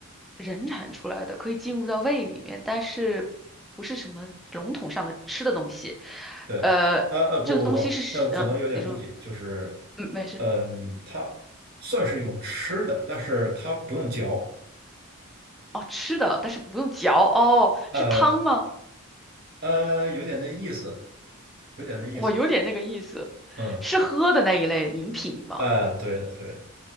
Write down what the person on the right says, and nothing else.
对，
啊啊，不不不，
那我可能有点误解，
就是，
嗯，它算是一种吃的，但是它不用嚼，
呃
呃，有点那意思，有点那意思。
嗯，
哎、对的对的，